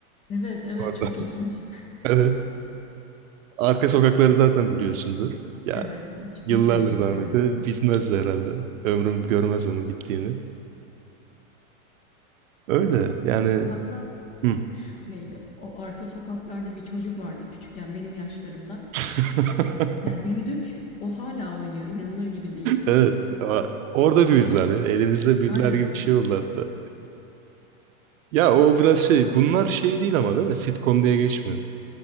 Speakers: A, on the left; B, on the right.
A: Evet,
B: <laughs>
A: evet,
B: Orada.
A: çok ilginç.
B: Evet. Arka sokakları zaten biliyorsundur. Ya
A: Evet, hiç
B: yıllardır
A: bir türlü bitmedi.
B: rahmetli. Bitmez de herhalde. Ömrüm görmez onun bittiğini. Öyle yani.
A: Hatta
B: Hı.
A: şöyleydi, o arka sokaklarda bir çocuk vardı küçükken benim yaşlarımda.
B: <laughs>
A: Ya büyüdük, o hala oynuyor, inanılır gibi değil.
B: Evet. a- Orada büyüdüler ya. Elimizde büyüdüler
A: Aynen.
B: gibi bir şey oldu hatta. Ya o biraz şey. Bunlar şey değil ama değil mi? Sitcom diye geçmiyor.